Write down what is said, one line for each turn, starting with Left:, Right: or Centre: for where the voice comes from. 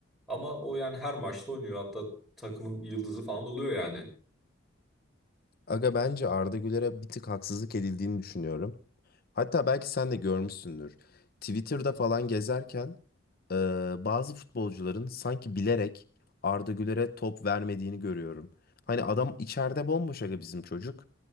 Centre: Ama o yani her maçta oynuyor. Hatta takımın yıldızı falan oluyor yani.
Left: Aga bence Arda Güler'e bir tık haksızlık edildiğini düşünüyorum. Hatta belki sen de görmüşsündür. Twitter'da falan gezerken Ee, bazı futbolcuların sanki bilerek Arda Güler'e top vermediğini görüyorum. Hani adam içeride bomboş aga bizim çocuk.